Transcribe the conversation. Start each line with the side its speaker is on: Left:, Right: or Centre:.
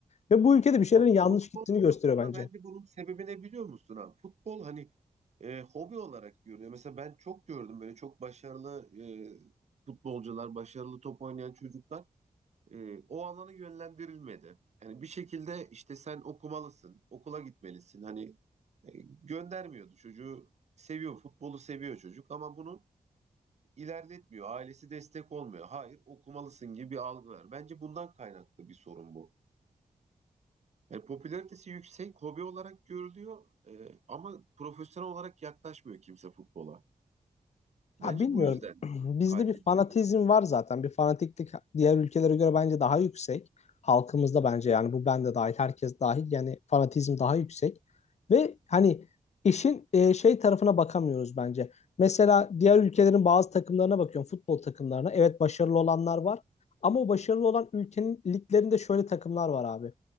Left: Ve bu ülkede bir şeylerin
Right: Ya
Left: yanlış
Right: futbol
Left: gittiğini gösteriyor
Right: aslında
Left: bence.
Right: bence bunun sebebi ne biliyor musun abi? Futbol hani e, hobi olarak görüyor. Mesela ben çok gördüm böyle çok başarılı e, futbolcular, başarılı top oynayan çocuklar e, o alana yönlendirilmedi. Yani bir şekilde işte sen okumalısın, okula gitmelisin. Hani e, göndermiyordu çocuğu. Seviyor, futbolu seviyor çocuk ama bunu ilerletmiyor. Ailesi destek olmuyor. Hayır, okumalısın gibi bir algı var. Bence bundan kaynaklı bir sorun bu. Yani popülaritesi yüksek, hobi olarak görülüyor e, ama profesyonel olarak yaklaşmıyor kimse futbola. Bence
Left: Ya bilmiyorum.
Right: bu yüzden
Left: <clears throat> Bizde
Right: kaybediyoruz.
Left: bir fanatizm var zaten. Bir fanatiklik diğer ülkelere göre bence daha yüksek. Halkımızda
Right: Hı
Left: bence yani bu ben de dahil, herkes dahil. Yani fanatizm daha yüksek. Ve hani işin e, şey tarafına bakamıyoruz bence. Mesela diğer ülkelerin bazı takımlarına bakıyorum, futbol takımlarına. Evet başarılı olanlar var. Ama o başarılı olan ülkenin liglerinde şöyle takımlar var abi.